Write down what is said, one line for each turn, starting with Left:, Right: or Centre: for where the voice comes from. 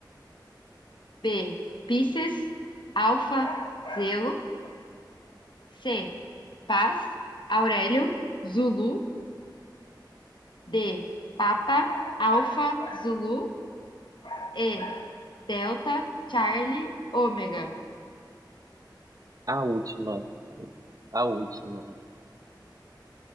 Left: B, Pisces, alfa, zelo. C, paz, Aurélio, Zulu. D, Papa, Alfa, Zulu. E, Delta, Charlie, Ômega.
Right: a última. A última.